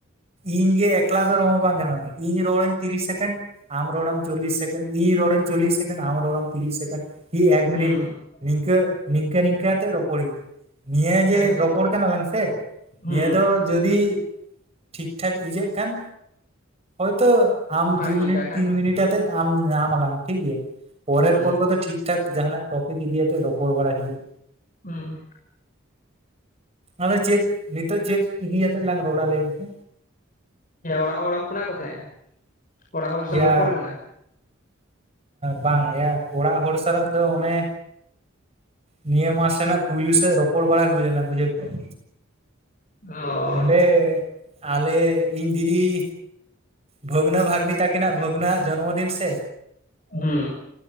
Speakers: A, on the right (about 30°); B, on the left (about 40°).
A: ᱤᱧᱜᱮ ᱮᱠᱞᱟ ᱫᱚ ᱨᱚᱲ ᱦᱚᱸ ᱵᱟᱝ ᱜᱟᱱᱚᱜ ᱤᱧ ᱨᱚᱲᱟᱹᱧ ᱛᱤᱨᱤᱥ ᱥᱮᱠᱮᱱᱰ ᱾ ᱟᱢ ᱨᱚᱲᱟᱢ ᱪᱚᱞᱤᱥ ᱥᱮᱠᱮᱱᱰ ᱤᱧ ᱨᱚᱲᱤᱧ ᱪᱚᱞᱤᱥ ᱥᱮᱠᱮᱱᱰ ᱟᱢ ᱨᱚᱲ ᱟᱢ ᱛᱤᱨᱤᱥ ᱥᱮᱠᱮᱱᱰ ᱤ ᱮᱠ ᱢᱤᱱᱤᱴ
B: ᱦᱩᱸ
A: ᱾ ᱱᱤᱝᱠᱟᱹ ᱱᱤᱝᱠᱟᱹ ᱱᱤᱝᱠᱟᱹ ᱛᱮ ᱨᱚᱯᱚᱲ ᱦᱩᱭᱩᱜᱼᱟ ᱱᱤᱭᱟᱹ ᱡᱮ
B: ᱦᱮᱸ ᱴᱷᱤᱠ
A: ᱨᱚᱯᱚᱲ ᱠᱟᱱᱟ ᱞᱟᱝ ᱥᱮ ᱱᱤᱭᱟᱹ
B: ᱦᱩᱸ
A: ᱫᱚ ᱡᱚᱫᱤ ᱴᱷᱤᱠ ᱴᱷᱟᱠ ᱤᱡᱟᱹᱜ ᱠᱷᱟᱱ ᱦᱚᱭᱛᱳ ᱟᱢ
B: ᱵᱷᱟᱜᱤ
A: ᱫᱩ ᱢᱤᱱᱤᱴ
B: ᱛᱟᱠᱷᱟᱱ
A: ᱛᱤᱱ ᱢᱤᱱᱤᱴ ᱟᱛᱮᱫ ᱟᱢ ᱧᱟᱢ ᱟᱞᱟᱝ ᱴᱷᱤᱠ ᱜᱮᱭᱟ ᱯᱚᱨᱮᱨ
B: ᱦᱩᱸ
A: ᱠᱚᱞ ᱠᱚᱫᱚ ᱴᱷᱤᱠ ᱡᱟᱠ ᱡᱟᱦᱟᱱᱟᱜ ᱴᱚᱯᱤᱠ ᱤᱫᱤᱭᱟᱛᱮᱜ ᱨᱚᱯᱚᱲ ᱵᱟᱲᱟᱭ ᱦᱩᱭᱩᱜᱼᱟ
B: <unintelligible>
A: ᱟᱫᱚ ᱪᱮᱫ ᱱᱤᱛᱚᱜ ᱪᱮᱫ ᱤᱫᱤᱛᱮᱛ ᱞᱟᱝ ᱨᱚᱲ ᱟᱞᱟᱝ ᱞᱟᱹᱭ ᱢᱮᱥᱮ
B: ᱚᱲᱟᱜ ᱦᱚᱲᱮᱢ ᱯᱷᱩᱱᱟ ᱠᱚ ᱛᱟᱦᱮᱸᱜᱼᱟ ᱚᱲᱟᱜ ᱦᱚᱲ ᱥᱟᱸᱣ
A: ᱭᱟ
B: ᱨᱚᱯᱚᱲ ᱞᱮᱱᱟ
A: ᱵᱟᱝ ᱭᱟ ᱚᱲᱟᱜ ᱦᱚᱲ ᱥᱟᱞᱟᱜ ᱫᱚ ᱚᱱᱮ ᱱᱤᱭᱟᱹ ᱢᱟᱥ ᱨᱮᱱᱟᱜ ᱯᱩᱭᱞᱩ ᱥᱮᱫ ᱨᱚ ᱯᱚᱲ ᱵᱟᱲᱟ ᱦᱩᱭ ᱞᱮᱱᱟ ᱵᱩᱡᱷᱟᱹᱣ ᱠᱮᱜᱟᱢ
B: ᱚ
A: ᱚᱸᱰᱮ ᱟᱞᱮ ᱤᱧ ᱫᱤᱫᱤ ᱵᱷᱚᱜᱽᱱᱟᱹ ᱵᱷᱟᱜᱽᱱᱤ ᱛᱟᱹᱠᱤᱱᱟᱜ ᱵᱷᱚᱜᱽᱱᱟᱹ ᱟᱜ ᱡᱚᱱᱢᱚ ᱫᱤᱱ ᱥᱮ
B: ᱦᱩᱸ